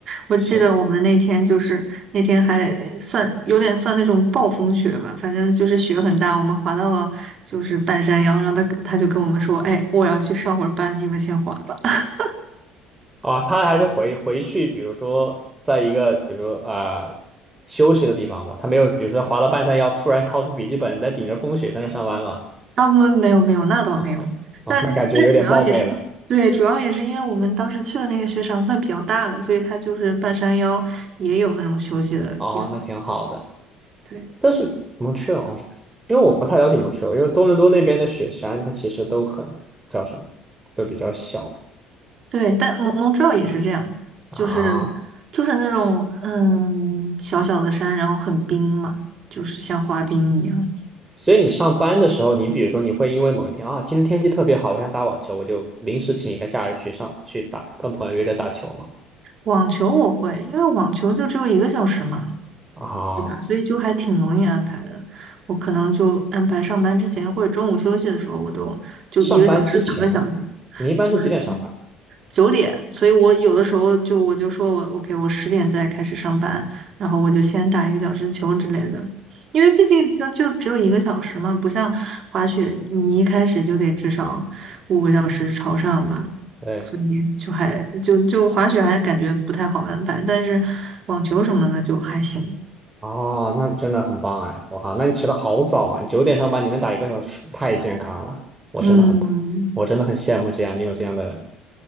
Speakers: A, on the right; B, on the right.
A: 我记得我们那天就是那天还算有点算那种暴风雪吧，
B: 是的。
A: 反正就是雪很大，我们滑到了就是半山腰，然后他他就跟我们说，哎，我要去上会儿班，你们先滑吧。<laughs>
B: 啊，他还是回回去，比如说在一个，比如说啊、呃休息的地方吧，他没有，比如说滑到半山腰，突然掏出笔记本，在顶着风雪在那上班嘛，
A: 啊，我没有没有，那倒没有，
B: 啊啊，
A: 但但主要也是对，
B: 那感觉有点冒昧了，
A: 主要也是因为我们当时去的那个雪场算比较大的，所以它就是半山腰也有那种休息的地方。
B: 哦，那挺好的。
A: 对。
B: 但是蒙特哦，因为我不太了解蒙特利尔因为多伦多那边的雪山，它其实都很叫什么，都比较小
A: 对，但蒙蒙特利尔也是这样，
B: 啊，
A: 就是就是那种嗯小小的山，然后很冰嘛，就是像滑冰一样。
B: 所以你上班的时候，你比如说你会因为某一天啊，今天天气特别好，我想打网球，我就临时请一个假日去上去打，跟朋友约着打球嘛。
A: 网球我会，因为网球就只有一个小时嘛，
B: 啊，
A: 对吧？所以就还挺容易安排的。我可能就安排上班之前或者中午休息的时候，我都就一个小时、
B: 上班之前，
A: 两个小时。
B: 你一般是几点上班？
A: 是。九点，所以我有的时候就我就说我 OK，我十点再开始上班，然后我就先打一个小时球之类的，因为毕竟就就只有一个小时嘛，不像滑雪，你一开始就得至少五个小时朝上吧，
B: 对，
A: 所以就还就就滑雪还感觉不太好安排，但是网球什么的就还行，
B: 哦，那真的很棒哎！我靠，那你起得好早啊！你九点上班，你能打一个小时，太健康了。我真的很，
A: 嗯。
B: 我真的很羡慕这样，你有这样的